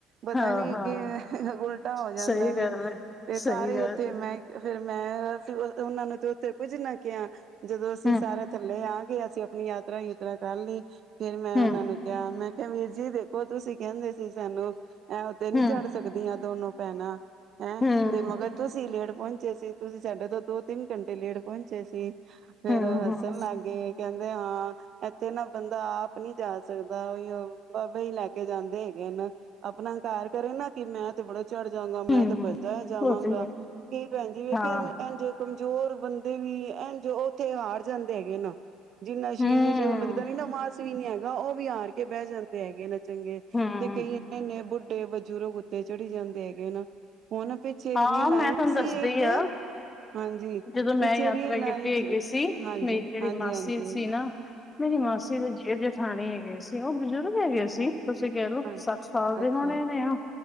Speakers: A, on the right; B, on the left.
A: ਪਤਾ
B: ਹਾਂ
A: ਨਹੀਂ
B: ਹਾਂ
A: ਕਿ ਉਲਟਾ ਹੋ ਜਾਂਦਾ
B: ਸਹੀ
A: ਵ,
B: ਗੱਲ ਹੈ,
A: ਤੇ ਸਾਰੇ
B: ਸਹੀ ਗੱਲ
A: ਉੱਥੇ
B: ਹੈ।
A: ਮੈਂ ਫ਼ਿਰ ਮੈਂ ਉਹਨਾਂ ਨੂੰ ਤੇ ਉੱਥੇ ਕੁੱਝ ਨਾ ਕਿਹਾ। ਜਦੋਂ ਅਸੀਂ
B: ਹੂੰ,
A: ਸਾਰਾ ਚੱਲੇ ਹਾਂ। ਫ਼ੇਰ ਅਸੀਂ ਆਪਣੀ ਯਾਦ <unintelligible> ਕੱਲ੍ਹ ਹੀ। ਫ਼ਿਰ ਮੈਂ
B: ਹੂੰ,
A: ਉਹਨਾਂ ਨੂੰ ਕਿਹਾ, ਮੈਂ ਹੇ ਵੀਰ ਜੀ ਦੇਖੋ ਤੁਸੀਂ ਕਹਿੰਦੇ ਸੀ ਸਾਨੂੰ ਐਂ ਤੇ ਨੀ
B: ਹੂੰ,
A: ਚੜ੍ਹ ਸਕਦੀਆਂ ਦੋਨੋ। ਭੈਣਾ ਹੈਂ
B: ਹੂੰ,
A: ਤੇ
B: ਹੂੰ,
A: ਮਗਰ ਤੁਸੀਂ ਲੇਟ ਪਹੁੰਚੇ ਸੀ ਤੁਸੀਂ ਸਾਡੇ ਤੋਂ ਦੋ, ਤਿੰਨ ਘੰਟੇ ਲੇਟ ਪਹੁੰਚੇ ਸੀ। ਫੇਰ
B: ਹੂੰ।
A: ਹੱਸਣ ਲੱਗ ਗਏ। ਕਹਿੰਦੇ ਹਾਂ। ਇੱਥੇ ਨਾ ਬੰਦਾ ਆਪ ਨੀ ਜਾ ਸਕਦਾ, ਉਹੀਓ ਬਾਬਾ ਹੀ ਲੈ ਕੇ ਜਾਂਦੇ ਹੈਗੇ ਨਾ, ਆਪਣਾ ਹੰਕਾਰ ਕਰੇ ਨਾ ਕਿ ਮੈਂ ਤੇ ਬੜੇ ਚੜ ਜਾਗਾ ਮੈਂ
B: ਹੂੰ
A: ਤਾਂ ਭੱਜਦਾ ਹੀ ਜਾਵਾਂਗਾ,
B: ਉਹ ਤੇ ਹੈ,
A: ਕੀ ਭੈਣ ਜੀ ਵੇਖਿਆ
B: ਹਾਂ,
A: ਇੰਜ ਕਮਜ਼ੋਰ ਬੰਦੇ ਵੀ ਐ ਇੰਜ ਉੱਥੇ ਹਾਰ ਜਾਂਦੇ ਹੈਗੇ ਨਾ, ਜਿਹਨਾ
B: ਹੂੰ।
A: ਜੋ ਲੱਗਦਾ ਨੀ ਨਾ ਮਾਸ ਵੀ ਨੀ ਹੈਗਾ, ਉਹ ਵੀ ਹਾਰ ਕੇ ਬਹਿ ਜਾਂਦੇ ਹੈਗੇ ਨਾ ਚੰਗੇ
B: ਹੂੰ,
A: ਤੇ ਕਈ ਇਨੇ ਬੁੱਢੇ ਬਜ਼ੁਰਗਾਂ ਉੱਤੇ ਚੜੀ ਜਾਂਦੇ ਹੈਗੇ ਨਾ ਹੁਣ ਪਿੱਛੇ
B: ਹਾਂ
A: ਰੀਲ
B: ਮੈਂ
A: ਆਈ
B: ਤੁਹਾਨੂੰ
A: ਸੀ
B: ਦੱਸਦੀ
A: ਇੱਕ
B: ਆ।
A: ਹਾਂਜੀ
B: ਜਦੋਂ ਮੈਂ
A: ਪਿੱਛੇ
B: ਯਾਤਰਾ
A: ਰੀਲ ਲਾਈ
B: ਕੀਤੀ ਹੈਗੀ
A: ਸੀ ਹਾਂਜੀ-ਹਾਂਜੀ-ਹਾਂਜੀ।
B: ਮੇਰੀ ਜਿਹੜੀ ਮਾਸੀ ਸੀ ਨਾ ਮੇਰੀ ਮਾਸੀ ਦੇ ਜੇਠ ਜਿਠਾਣੀ ਹੈਗੇ ਸੀ ਉਹ ਬਜ਼ੁਰਗ ਹੈਗੇ ਸੀ। ਤੁਸੀਂ ਕਹਿ ਲਓ
A: ਹਾਂ
B: ਸੱਠ ਸਾਲ ਦੇ
A: ਅੱਛਾ
B: ਹੋਣੇ ਨੇ ਉਹ